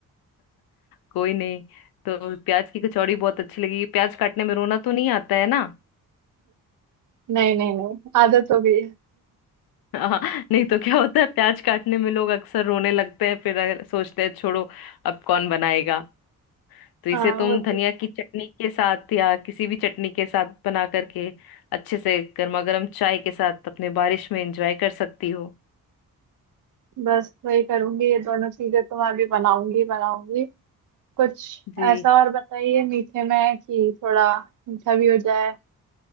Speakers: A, on the left; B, on the right.
A: कोई नहीं तो प्याज की कचौड़ी बहुत अच्छी लगी प्याज काटने में रोना तो नहीं आता है ना
B: नहीं नहीं नहीं आदत हो गई है
A: <laughs> हाँ, नहीं तो क्या होता है प्याज काटने में लोग अक्सर रोने लगते हैं फिर अ, सोचते हैं छोड़ो अब कौन बनाएगा तो इसे
B: हाँ
A: तुम
B: वो तो
A: धनिया की चटनी के साथ या किसी भी चटनी के साथ बना करके अच्छे से गर्मा गर्म चाय के साथ अपने बारिश में एंजॉय कर सकती हो
B: बस वही करूंगी ये दोनों चीजें तो मैं भी बनाऊंगी बनाऊंगी कुछ
A: जी
B: ऐसा और बताइए मीठे में कि थोड़ा मीठा भी हो जाए